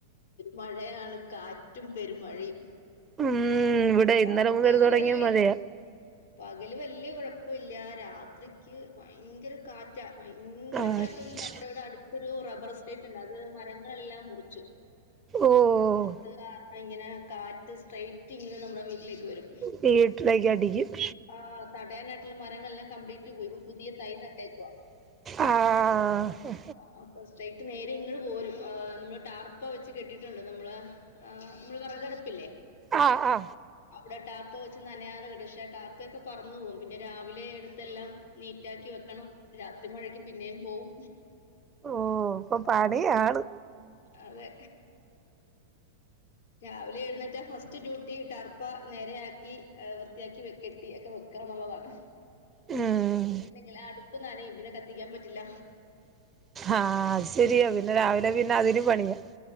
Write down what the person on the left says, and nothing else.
മഴയാണ് കാറ്റും പെരുമഴയും
പകല്
വല്ല്യെ
പകല് വല്യ കൊഴപ്പോല്ല്യാ രാത്രിക്ക് ഭയങ്കര കാറ്റ് റ്റ ഭയങ്കര
കാറ്റാ നമ്മുടെ ഇവിടെ അടുത്തൊരു റബർ എസ്റ്റേറ്റ് ണ്ട് അത് മരങ്ങളെല്ലാം മുറിച്ചു
അത് കാരണം ഇങ്ങനെ കാറ്റ് സ്ട്രൈറ്റ് ഇങ്ങനെ നമ്മുടെ വീട്ടിലേക്ക് വരും
ആഹ് തടയാനായിട്ടുള്ള മരങ്ങളെല്ലാം കംപ്ലീ റ്റ് പോയിപ്പൊ പുതിയ തൈ നട്ടേക്കുവാ.
ആ, പ്, റ്റ് സ്ട്രെറ്റ് നേരെ ഇങ്ങട് പോരും. ആ നമ്മള് ടാർപ്പ വെച്ച് കെട്ടീട്ടുണ്ട് നമ്മള ആഹ് മ്മള് വെറകടുപ്പില്ലേ
അവിടെ ടാർപ്പ വെച്ച് നനയാതെ കെട്ടും. ക്ഷെ ടാർപ്പ ഒക്കെ പറന്നു പോകും പിന്നെ രാവിലെ എടുത്തെല്ലാം നീറ്റാക്കി വെക്കണം രാത്രി മഴക്ക് പിന്നെയും പോവും.
അതെ രാവിലെ എഴുന്നേറ്റ ഫസ്റ്റ് ഡ്യൂട്ടി ട്ടർപ്പ നേരെയക്കി വൃത്തിയാക്കി കെട്ടി ഒക്കെ വെക്കാന്നുള്ളതാണ്
ണ്ടെങ്കില് അടുപ്പ് നനയും പിന്നെ കത്തിക്കാൻ പറ്റില്ല